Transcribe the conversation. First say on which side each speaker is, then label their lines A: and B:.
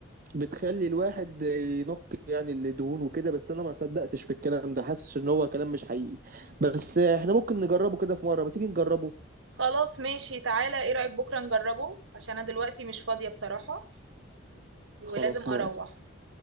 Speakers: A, on the right; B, on the right.
A: بتخلي الواحد ينق يعني الدهون وكده بس انا ما صدقتش في الكلام ده حاسس ان هو كلام مش حقيقي بس احنا ممكن نجربه كده في مرة ما تيجي نجربه
B: خلاص ماشي تعالى ايه رأيك بكرة نجربه عشان انا دلوقتي مش فاضية بصراحة ولازم
A: خلاص
B: اروح
A: موافق